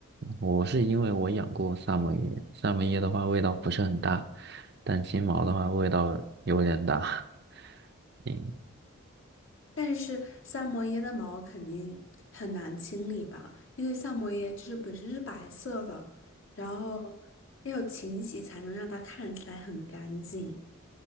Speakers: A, on the right; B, on the left.
A: 我是因为我养过萨摩耶，萨摩耶的话味道不是很大，但金毛的话味道有点大。<laughs> 嗯
B: 但是萨摩耶的毛肯定很难清理吧，因为萨摩耶就是本身是白色的，然后要有勤洗才能让它看起来很干净。